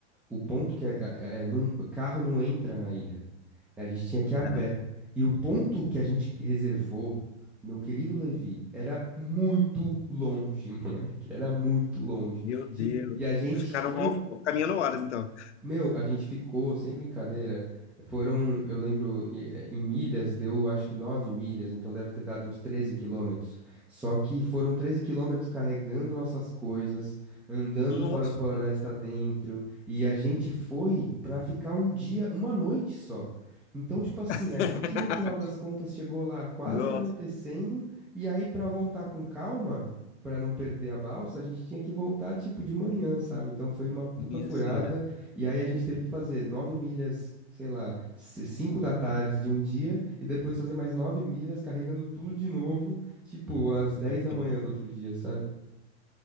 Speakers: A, in the centre; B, on the left.
A: o ponto que a, é, não- carro não entra na ilha. A gente tinha que ir a
B: Caramba,
A: pé. E o ponto que a gente reservou, meu querido Levi, era muito longe, <laughs> moleque. Era muito longe.
B: meu
A: Tipo,
B: Deus.
A: e a gente
B: Ficaram
A: foi
B: ó, caminhando horas, então.
A: meu, a gente ficou, sem brincadeira, foram, eu lembro, eh, em milhas, deu acho que 9 milhas, então deve ter dado uns 13 quilômetros. Só que foram 13 quilômetros carregando nossas coisas, andando
B: Nossa,
A: fora floresta
B: Deus.
A: dentro, e a gente foi pra ficar um dia, uma noite só. Então, tipo assim,
B: <laughs>
A: a gente no final das contas chegou lá quase
B: Nossa,
A: anoitecendo, e aí pra voltar com calma, pra não perder a balsa, a gente tinha que voltar tipo de manhã, sabe? Então foi uma puta
B: minha
A: furada.
B: cedo.
A: E aí a gente teve que fazer nove milhas, sei lá, c- cinco da tarde de um dia, e depois fazer mais nove milhas carregando tudo de novo, tipo, às dez
B: meu Deus.
A: da manhã do outro dia, sabe?